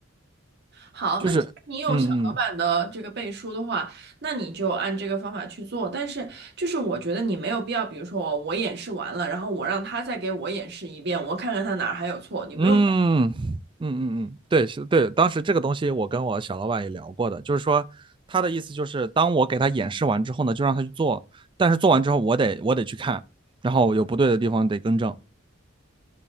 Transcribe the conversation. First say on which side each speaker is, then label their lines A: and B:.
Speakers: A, on the right (about 55°); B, on the right (about 25°).
A: 好，
B: 就是嗯嗯
A: 那既然你有小老板的这个背书的话，那你就按这个方法去做。但是就是我觉得你没有必要，比如说我我演示完了，然后我让他再给我演示一遍，我看看他哪儿还有错，你不用。
B: 嗯嗯嗯嗯，对是，对，当时这个东西我跟我小老板也聊过的，就是说他的意思就是，当我给他演示完之后呢，就让他去做，但是做完之后我得我得去看，然后有不对的地方得更正，